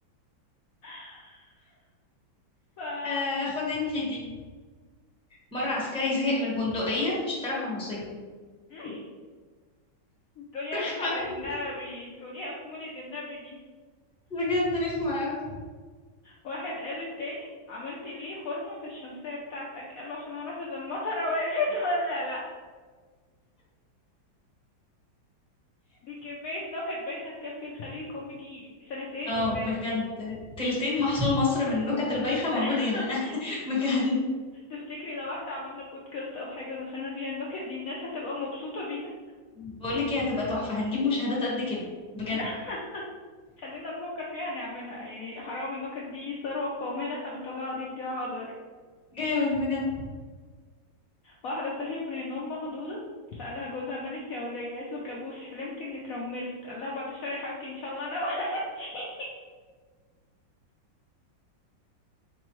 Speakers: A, on the left; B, in the centre.
A: <laughs> ف يعني
B: آه، خدي انتي
A: م-
B: دي مره عسكري زهق من البندقيه اشترى حمصيه <laughs>
A: م- <laughs> تقوليها
B: رخمة
A: في مولد
B: أوي،
A: النبي تقوليها في مولد النبي دي
B: بجد رخمه أوي.
A: واحد قال للتاني عملت ليه خرم في الشمسية بتاعتك قال له عشان اعرف اذا المطرة وقفت <laughs> ولا لا دي كمية نكت بايخة تكفي الخليل كوميدي سنتين
B: اه
A: قدام
B: بجد تلتين محصول مصر من النكت البايخة
A: <laughs>
B: موجود هنا <laughs> بجد
A: تفتكري لو احنا عملنا بودكاست او حاجة ونشرنا فيها النكت دي الناس هتبقى مبسوطة بينا
B: بقولك ايه هتبقى تحفة هنجيب مشاهدات قد كده بجد
A: <laughs> خلينا نفكر فيها نعملها يعني حرام النكت دي الثروة القومية اللي احنا بنطلعها دي تضيع هدر
B: جامد بجد
A: واحدة صحيت من النوم مخضوضة سألها جوزها مالك يا ولية قالت له كابوس حلمت اني اترملت قال لها بعد الشر يا حبيبتي ان شاء الله انا وانتي